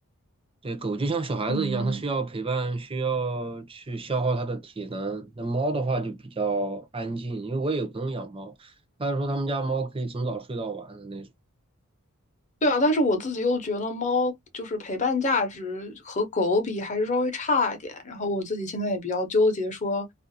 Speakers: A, on the right; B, on the left.
A: 对，狗就像小孩子一样，
B: 嗯，
A: 它需要陪伴，需要去消耗它的体能。那猫的话就比较安静，因为我也有朋友养猫，他说他们家猫可以从早睡到晚的那种。
B: 对啊，但是我自己又觉得猫就是陪伴价值和狗比还是稍微差一点。然后我自己现在也比较纠结，说